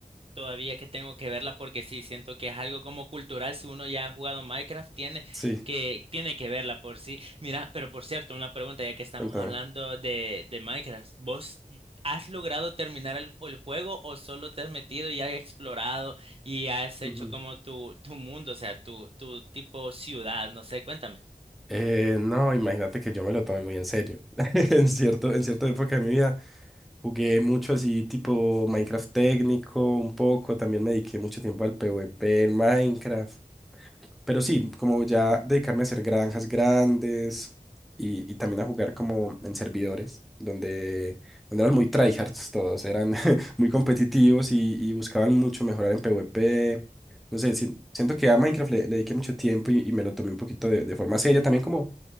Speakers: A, on the right (about 40°); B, in the centre.
A: todavía que tengo que verla porque sí, siento que es algo como cultural. Si uno ya ha jugado Minecraft, tiene
B: Sí,
A: que, tiene que verla por sí. Mira, pero por cierto, una pregunta ya que estamos
B: contame.
A: hablando de, de Minecraft. ¿Vos has logrado terminar el, el juego o solo te has metido y has explorado y has hecho
B: Ujú.
A: como tu, tu mundo, o sea, tu, tu tipo ciudad? No sé, cuéntame.
B: Eh, no, imagínate que yo me lo tomé muy en serio. <laughs> En cierto, en cierta época de mi vida jugué mucho así, tipo Minecraft técnico, un poco. También me dediqué mucho tiempo al PvP en Minecraft. Pero sí, como ya dedicarme a hacer granjas grandes y, y también a jugar como en servidores, donde, donde eran muy tryhards todos, eran <laughs> muy competitivos y, y buscaban mucho mejorar en PvP. No sé, si- siento que a Minecraft le, le dediqué mucho tiempo y, y me lo tomé un poquito de, de forma seria, también como